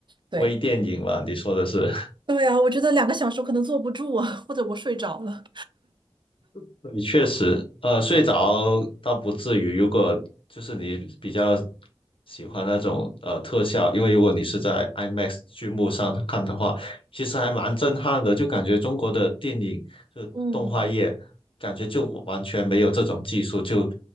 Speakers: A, on the right; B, on the left.
A: 对。
B: 微电影嘛，你说的是，
A: 对啊，我觉得两个小时我可能坐不住啊，或者我睡着了。
B: <laughs> 你确实，呃，睡着倒不至于。如果就是你比较喜欢那种呃特效，因为如果你是在 IMAX 剧目上看的话，其实还蛮震撼的，就感觉中国的电影就动画业，
A: 嗯，
B: 感觉就完全没有这种技术，就